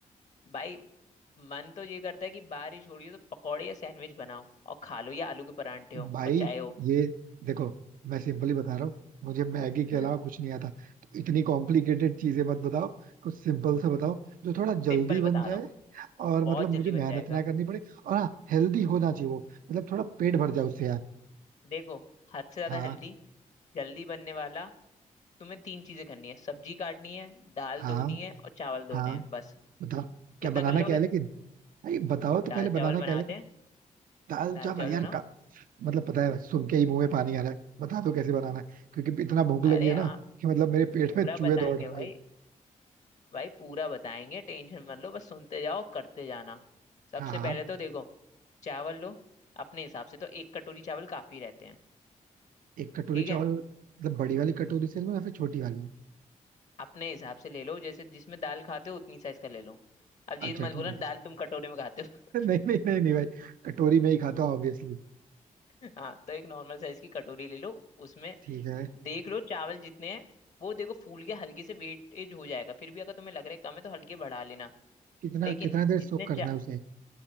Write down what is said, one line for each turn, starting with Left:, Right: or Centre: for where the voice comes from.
Left: भाई मन तो ये करता है कि बारिश हो रही हो तो पकौड़े या सैंडविच बनाओ और खा लो या आलू के परांठे हो
Right: भाई
Left: और चाय हो
Right: ये देखो मैं सिंपली बता रहा हूँ मुझे मैगी के
Left: <laughs>
Right: अलावा कुछ नहीं आता तो इतनी कॉम्प्लिकेटेड चीजें मत बताओ कुछ सिंपल सा बताओ जो थोड़ा जल्दी
Left: सिंपल
Right: बन
Left: बता
Right: जाए
Left: रहा हूँ
Right: और
Left: बहुत
Right: मतलब
Left: जल्दी
Right: मुझे मेहनत
Left: बन जाएगा
Right: ना करनी पड़े और हाँ हेल्दी होना चाहिए वो मतलब थोड़ा पेट भर जाए उससे यार
Left: देखो हद से ज्यादा
Right: हाँ
Left: हेल्दी जल्दी बनने वाला तुम्हें तीन चीजें करनी है सब्जी काटनी है दाल
Right: हाँ
Left: धोनी है और चावल धोने
Right: हाँ
Left: हैं बस
Right: बताओ क्या
Left: इतना
Right: बनाना
Left: कर लोगे
Right: क्या है लेकिन भाई बताओ तो
Left: दाल
Right: पहले बनाना
Left: चावल बनाते
Right: क्या है लेकिन
Left: हैं
Right: दाल
Left: दाल
Right: चावल
Left: चावल
Right: यार
Left: बनाओ
Right: का मतलब पता है सुन के ही मुंह में पानी आ रहा है बता दो कैसे बनाना है क्योंकि इतना भूख लगी
Left: अरे
Right: है
Left: आ,
Right: ना कि मतलब मेरे पेट
Left: पूरा
Right: में चूहे
Left: बताएंगे
Right: दौड़ रहे हैं
Left: भाई
Right: भाई
Left: भाई पूरा बताएंगे टेंशन मत लो बस सुनते जाओ करते जाना सबसे
Right: हाँ हाँ,
Left: पहले तो देखो चावल लो अपने हिसाब से तो एक कटोरी चावल काफी रहते हैं
Right: एक कटोरी
Left: ठीक है
Right: चावल मतलब बड़ी वाली कटोरी से लूं या फिर छोटी वाली
Left: अपने हिसाब से ले लो जैसे जिसमें दाल खाते हो उतनी साइज का ले लो अब ये
Right: अच्छा ठीक
Left: मत बोलना
Right: है ठीक
Left: दाल तुम कटोरे में खाते हो
Right: है। <laughs> नहीं नहीं नहीं नहीं भाई कटोरी में ही खाता हूँ ऑब्वियसली
Left: <laughs> हाँ तो एक नॉर्मल साइज की कटोरी ले लो उसमें
Right: ठीक है
Left: देख लो चावल जितने हैं वो देखो फूल के हल्के से वेटेज हो जाएगा फिर भी अगर तुम्हें लग रहा है कम है तो हल्के बढ़ा लेना
Right: कितना
Left: लेकिन
Right: कितना देर
Left: जितने
Right: सोक करना
Left: चा
Right: है उसे